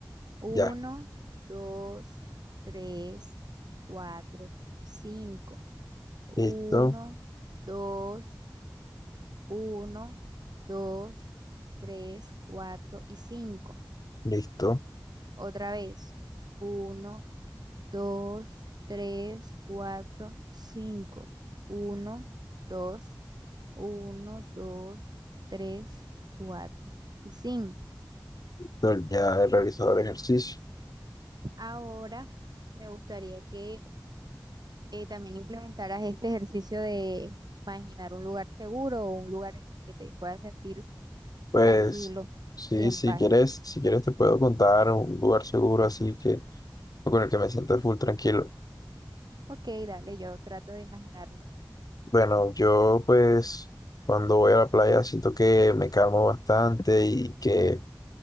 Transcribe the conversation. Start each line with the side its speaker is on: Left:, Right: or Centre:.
Right: Uno,
Left: Ya,
Right: dos, tres, cuatro, cinco. Uno,
Left: listo,
Right: dos. Uno, dos, tres, cuatro y cinco.
Left: listo.
Right: Otra vez. Uno, dos, tres, cuatro, cinco. Uno, dos, uno, dos, tres, cuatro y cinco.
Left: Entonces, ya he realizado el ejercicio.
Right: Ahora me gustaría que eh, también implementaras este ejercicio de imaginar un lugar seguro o un lugar en el que te puedas sentir
Left: Pues
Right: tranquilo
Left: sí,
Right: y en
Left: si
Right: paz.
Left: quieres, si quieres te puedo contar un lugar seguro así que con el que me siento full tranquilo.
Right: Ok, dale, yo trato de imaginarlo.
Left: Bueno, yo pues cuando voy a la playa siento que me calmo bastante y que